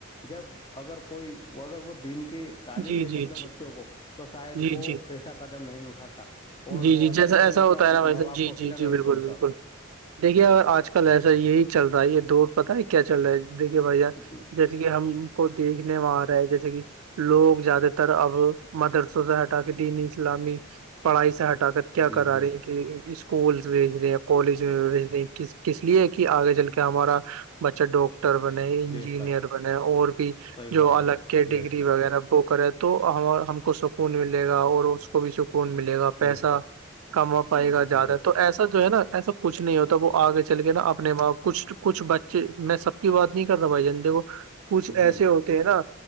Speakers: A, on the left; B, on the right.
A: جب اگر کوئی اگر وہ دن کی تعلیم
B: جی
A: دیتے
B: جی
A: اپنے
B: جی
A: بچوں کو تو شاید
B: جی
A: وہ
B: جی
A: ایسا قدم نہیں اٹھاتا اور
B: جی
A: وہ
B: جی
A: الگ
B: جیسا
A: نہیں
B: ایسا ہوتا
A: اپنے
B: ہے نا ویسا
A: ماں باپ
B: جی
A: کو اکیلا
B: جی جی
A: نہیں
B: بالکل
A: چھوڑتا
B: بالکل دیکھیے ا آج کل ایسا یہی چل رہا ہے یہ دوور پتا ہے کیا چل رہا ہے دیکھیے بھائی
A: جی
B: ج ج کہ ہم کو دیکھنے میں آ رہا ہے جیسے کہ لوگ زیادہ تر اب مدرسوں سے ہٹا کے دینی اسلامی پڑھائی سے ہٹا کر کیا
A: جی
B: کرا
A: جی
B: رہے ہیں کہ اسکولس بھیج رہے ہیں یا کالج میں بھیج رہے ہیں کس اس لیے کہ آگے چل کے ہمارا بچہ ڈوک ٹر بنے انجینئر
A: بے شک
B: بنے اور بھی
A: صحیح فرمایا
B: جو الگ کے
A: بے
B: ڈگری
A: شک
B: وغہ وہ کرے تو ہم کو سکون ملے گا اور کو بھی سکون ملے گا پیسا
A: بے
B: کما پائے
A: شک
B: گا زیادہ
A: بے
B: تو ایسا جو ہے نا ایسا کچھ نہیں ہوتا وہ آگے چل
A: شک
B: کے نا اپنے باپ کچھ کچھ بچے میں سب کی بات نہیں کر رہتا بھائی جندے کو کچھ ایسے
A: جی
B: ہوتے ہیں نا